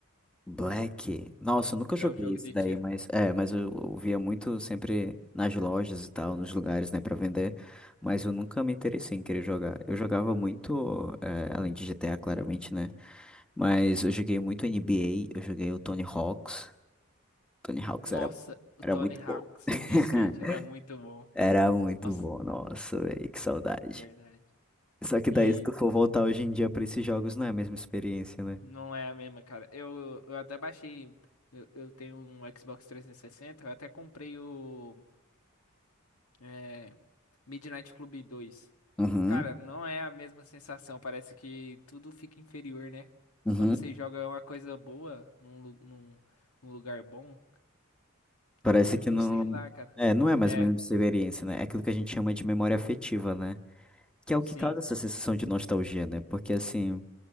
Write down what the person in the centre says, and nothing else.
Black. Nossa, eu nunca
joguei
isso
daí,
mas é, mas eu, eu via muito sempre nas lojas e tal, nos lugares, né, pra vender, mas eu nunca me interessei em querer jogar. Eu jogava muito, é, além de GTA, claramente, né? Mas eu joguei muito NBA, eu joguei o Tony Hawks. Tony Hawks
era,
era
muito
bom. <laughs>
Era muito
bom, nossa, velho, que saudade.
Só que
daí, se tu for voltar hoje em dia pra esses jogos, não é a mesma experiência, né?
Uhum,
uhum.
Parece
que não.
É, não é mais
ou menos experiência, né? É aquilo que a gente chama de memória afetiva, né? Que é o
que causa essa sensação de nostalgia, né? Porque, assim,